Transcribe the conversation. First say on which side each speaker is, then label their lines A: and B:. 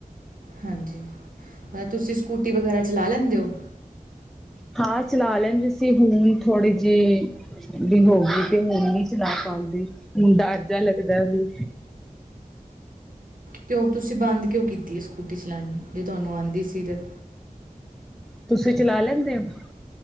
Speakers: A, on the right (about 70°); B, in the centre.
A: ਹਾਂਜੀ ਮ ਤੁਸੀਂ ਸਕੂਟੀ ਵਗੈਰਾ <unintelligible> ਚਲਾ ਲੈਂਦੇ ਹੋ
B: ਹਾਂ ਚਲਾ ਲੈਣਦੇ <unintelligible> ਸੀ ਹੁਣ ਥੋੜੇ ਜਿਹੇ ਵੀ ਹੋ ਗ ਤੇ ਹੁਣ ਨਹੀਂ ਚਲਾ ਪਾਉਂਦੇ ਹੁਣ ਡਰ ਜਾ ਲੱਗਦਾ ਵੀ
A: ਕਿ ਹੋ ਤੁਸੀਂ <unintelligible> ਤੁਸੀਂ ਬੰਦ ਕਿਉਂ ਕੀਤੀ ਹੈ ਸਕੂਟੀ ਚਲਾਉਣੀ ਜੇ ਤੁਹਾਨੂੰ ਆਉਂਦੀ ਸੀ ਤੇ
B: ਤੁਸੀਂ ਚਲਾ ਲੈਂਦੇ ਹੋ